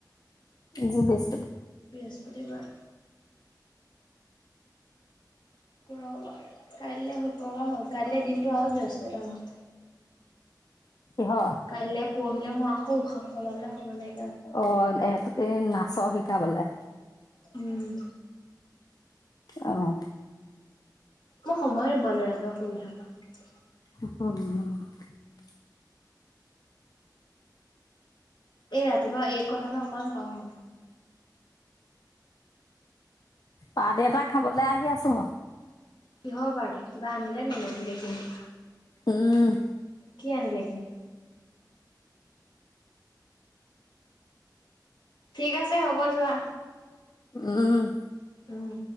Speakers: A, on the left (about 60°); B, on the left (about 80°).
A: আজি বৃছ
B: বৃহস্পতিবাৰ শুক্ৰবাৰ কাইলৈ শুক্ৰবাৰ হ কাইলে দিনটো আৰু ব্যস্ততাময়
A: কিহৰ
B: কাললৈ পহি মই আকৌ উশাহ সলাবলৈ সময় নাই
A: <unintelligible> এই নাচৰ শিকাবলে
B: উম
A: আহ
B: মই সময় নাপালো ৰাতিপুৱা শুই উঠা পা
A: <unintelligible>
B: এই ৰাতিপুৱা এই কথা মই অকমান পাওঁ
A: পাৰ্টি এটা খাবলৈ আহি আছো হ
B: কিহৰ পাৰ্টি কিবা আনিলে নেকি নতুন কে কিনি
A: উম
B: কি আনিলে কিনি ঠিক আছে হ'ব যোৱা
A: উম
B: উম